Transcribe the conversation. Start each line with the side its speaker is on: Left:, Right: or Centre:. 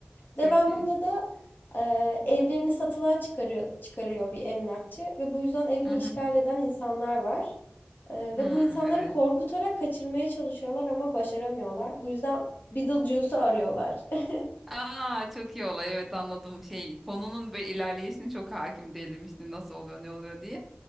Centre: Çok
Left: Devamında
Centre: iyi.
Left: da e, evlerini satılığa çıkarıyor, çıkarıyor bir emlakçı ve bu yüzden evini
Centre: Hı hı.
Left: işgal eden insanlar var. E, ve
Centre: Hı,
Left: bu insanları
Centre: evet.
Left: korkutarak kaçırmaya çalışıyorlar ama başaramıyorlar. Bu yüzden Beetlejuice'u arıyorlar. <laughs>
Centre: Aa çok iyi olay evet anladım şey konunun böyle ilerleyişini çok hakim değilim işte nasıl oluyor ne oluyor diye.